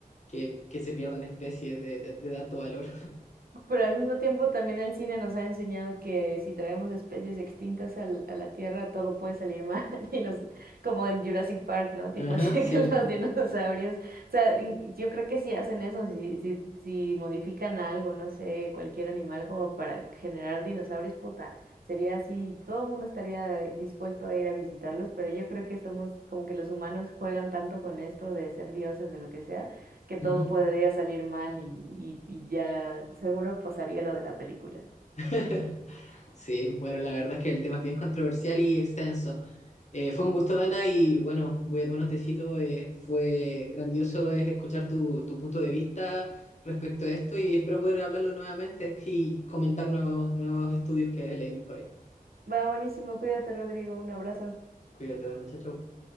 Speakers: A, on the left; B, on the right.
A: que, que se pierdan especies de, de, de tanto valor.
B: Pero al mismo tiempo también el cine nos ha enseñado que si traemos especies extintas al- a la Tierra, todo puede salir mal. <laughs> Y los, como en Jurassic Park, ¿no? Tipo
A: Ajá,
B: así
A: sí.
B: de que los dinosaurios. O sea, y yo creo que si hacen eso, si, si, si modifican algo, no sé, cualquier animal como para generar dinosaurios, puta, sería así, todo el mundo estaría dispuesto a ir a visitarlos, pero yo creo que estamos, como que los humanos juegan tanto con esto de ser dioses o lo que sea que todo
A: Ujú.
B: podría salir mal y, y, y ya seguro pasaría lo de la película.
A: <laughs> Sí, bueno, la verdad es que el tema es bien controversial y extenso. Eh, fue un gusto, Dana, y bueno, voy a tomar un tecito. eh, fue grandioso es escuchar tu, tu punto de vista respecto a esto y espero poder hablarlo nuevamente y comentar nuevos, nuevos estudios que leímos por ahí.
B: Va, buenísimo, cuídate, Rodrigo, un abrazo.
A: Cuídate, Dana, chao, chao.